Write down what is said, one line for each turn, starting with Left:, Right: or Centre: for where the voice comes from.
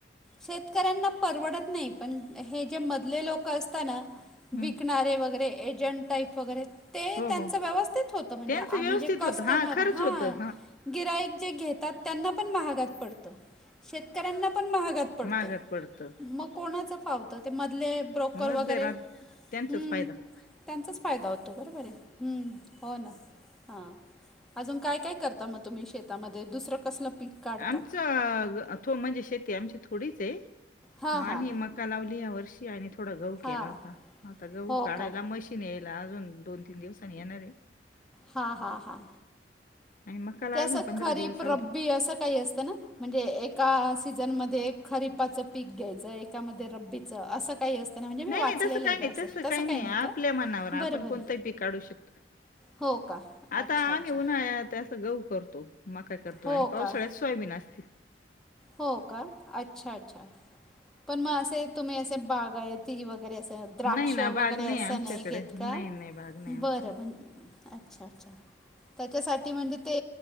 Centre: शेतकऱ्यांना परवडत नाही पण हे जे मधले लोक असता ना
Left: हम्म
Centre: विकणारे वगैरे एजंट टाईप वगैरे ते
Left: हो
Centre: त्यांच
Left: हो
Centre: व्यवस्थित होत म्हणजे
Left: त्यांचं
Centre: आम्ही
Left: व्यवस्थित
Centre: जे कस्टमर
Left: होतं हा खरंच
Centre: हा
Left: होतं
Centre: गिराईक जे घेतात त्यांना पण महागात पडतं शेतकऱ्यांना पण महागात पडतं
Left: महागात पडतं
Centre: मग कोणाचं फावतं ते मधले ब्रोकर
Left: मधले
Centre: वगैरे
Left: राहत
Centre: हम्म
Left: त्यांचाच फायदा
Centre: त्यांचाच फायदा होतो बरोबर आहे हम्म हो ना. हां अजून काय काय करता मग तुम्ही शेतामध्ये दुसरं कसलं पीक? काढता
Left: आमच तो म्हणजे शेती आमची थोडीच आहे
Centre: हां
Left: मग आम्ही
Centre: हां
Left: मग मका लावली या वर्षी आणि थोडा गहू
Centre: हां
Left: केला होता आता गहू
Centre: हो
Left: काढायला
Centre: का
Left: मशी- न यायला अजून दोन तीन दिवसांनी येणारे
Centre: हा हा हा
Left: आणि मकाला
Centre: ते असं
Left: अजून पंधरा
Centre: खरीप
Left: दिवस
Centre: रब्बी
Left: अवधी
Centre: असं काही असतं ना. म्हणजे एका सीझनमध्ये खरीपाचं पीक घ्यायचं एकामध्ये रब्बीचं असं काही असतं. ना म्हणजे मी
Left: नाही
Centre: वाचलेलं
Left: नाही तसं काही
Centre: आहे बा
Left: नाही
Centre: असं
Left: तसं काही नाही आपल्या
Centre: का
Left: मनावर
Centre: बरं
Left: आपण
Centre: बरं
Left: कोणतंही पीक काढू शकतो.
Centre: हो का
Left: आता
Centre: अच्छा अच्छा
Left: आम्ही उन्हाळ्यात कस फक्त गहु करतो मका करतो
Centre: हो
Left: आणि पावसाळ्यात
Centre: का
Left: सोयाबीन असती.
Centre: हो का अच्छा अच्छा पण मग असे तुम्ही असे बागायती आहे त वगैरे असं तर द्राक्ष
Left: नाही ना बाग
Centre: वगैरे असं
Left: आमच्याकडे
Centre: नाही घेत
Left: नाही
Centre: का
Left: नाही बाग नाही
Centre: बरं
Left: आमच्याकडे
Centre: बरं अच्छा अच्छा त्याच्यासाठी म्हणजे ते